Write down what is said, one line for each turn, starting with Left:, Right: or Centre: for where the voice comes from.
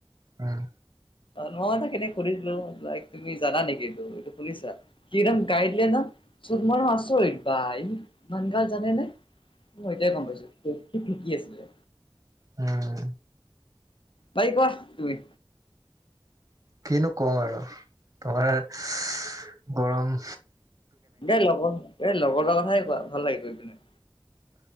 Right: উম।
Left: অহ অ, তাক এদিন সুধিছিলো, লাইক তুমি জানা নেকি? এইটো শুনিছা? সি কদম গাই দিলে নহয়, চব মই আচৰিত। বা ইমান গাল জানে নে? মই এতিয়াই গম পাইছো। কি কি আছিলে?
Right: উম।
Left: তাই কোৱা তুমি?
Right: কিনো কম আৰু। ভঙা ৰেক্সচ গৰম।
Left: এই লগৰ, এই লগৰ লৰাৰ কথাকে কথাইে কোৱা। ভাল লাগে পিনে।